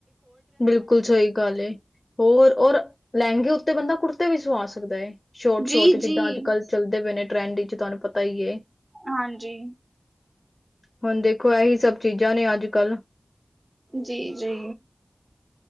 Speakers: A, on the left; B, on the right.
A: ਬਿਲਕੁਲ ਸਹੀ ਗੱਲ ਏ ਹੋਰ ਔਰ ਲਹਿੰਗੇ ਉੱਤੇ ਬੰਦਾ ਕੁੜਤੇ ਵੀ ਸੁਵਾ ਸਕਦਾ ਏ। ਸ਼ੋਰਟ
B: ਜੀ-ਜੀ।
A: ਸ਼ੋਟ ਜਿੱਦਾ ਅੱਜ ਕੱਲ ਚੱਲਦੇ ਪਏ ਨੇ ਟਰੈਂਡ ਵਿੱਚ ਤੁਹਾਨੂੰ ਪਤਾ ਹੀ ਏ।
B: ਹਾਂਜੀ।
A: ਹੁਣ ਦੇਖੋ ਇਹੀ ਸਭ ਚੀਜ਼ਾਂ ਨੇ ਅੱਜ ਕੱਲ
B: ਜੀ ਜੀ।